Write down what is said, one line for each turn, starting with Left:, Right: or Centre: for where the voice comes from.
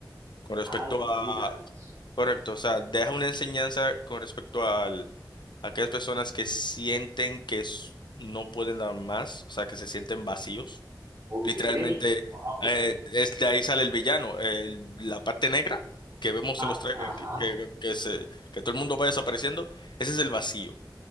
Left: Con respecto
Right: Ah, no me
Left: a
Right: digas.
Left: Correcto, o sea, deja una enseñanza con respecto al, a aquellas personas que sienten que s- no pueden dar más, o sea, que se sienten vacíos.
Right: Ok,
Left: Literalmente,
Right: wow,
Left: eh,
Right: qué fuerte.
Left: es de ahí sale el villano, el- la parte negra que vemos en
Right: Ah,
Left: los trailers,
Right: ajá,
Left: que, que, que se, que todo el mundo va desapareciendo, ese es el vacío.